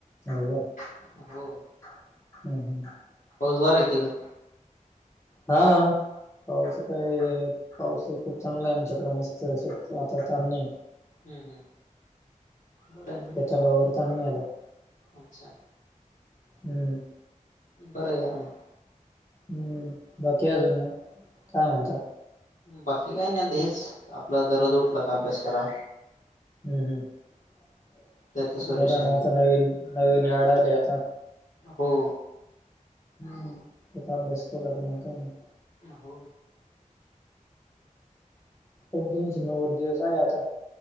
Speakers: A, on the left; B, on the left.
A: हो का
B: काय हो
A: हू हू हू
B: पाऊस वार हाय का तिकड
A: हां पाऊस काय पाऊस खुप चांगला आहे आमच्याकड मस्त आहे असं आता ताण नाही.
B: हम्म हम्म बरं आहे
A: <unintelligible> ताण नाही आता
B: अच्छा
A: हम्म
B: बरं यार मग
A: हम्म बाकी आजुन मग काय म्हणता?
B: बाकी काय नाही आता हेच आपला दररोज उठला का अभ्यास करा.
A: हम्म हम्
B: त्याचं सोल्युशन
A: बर ना
B: करा.
A: आता नवीन नवीन ऍड आली आता.
B: हो
A: हम्म तिथं अभ्यास केला की मग काय नाही.
B: हो
A: पण तीनशे नव्वद दिवस आहे आता